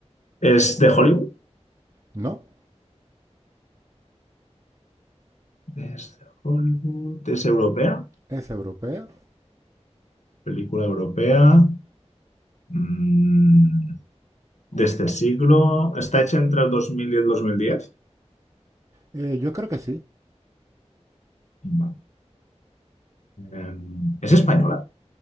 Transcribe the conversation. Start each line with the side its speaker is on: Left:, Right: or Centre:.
Left: ¿Es de Hollywood?
Right: ¿No?
Left: Es de Hollywood. ¿Es europea?
Right: ¿Es europea?
Left: Película europea. Mm, de este siglo. ¿Está hecha entre el 2000 y el 2010?
Right: Eh, yo creo que sí,
Left: Vale. Em, ¿es española?